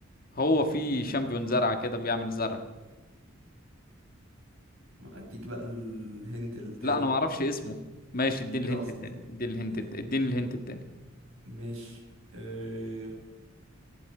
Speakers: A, on the left; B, on the right.
A: هو في شامبيون زرعه كده بيعمل زرع
B: ما اديك بقى الهنت التاني
A: لا انا ما اعرفش اسمه ماشي اديني
B: ايه
A: الهنت
B: ده اصلا
A: التاني
B: خلاص
A: اديني الهنت
B: يعني
A: التاني اديني الهنت التاني
B: مش أه...